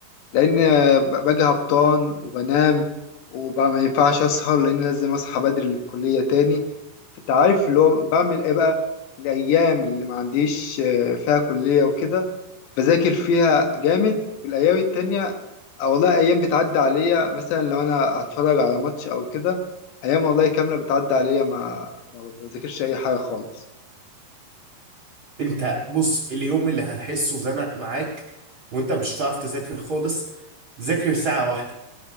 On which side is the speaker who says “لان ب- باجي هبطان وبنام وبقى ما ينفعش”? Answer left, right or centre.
Left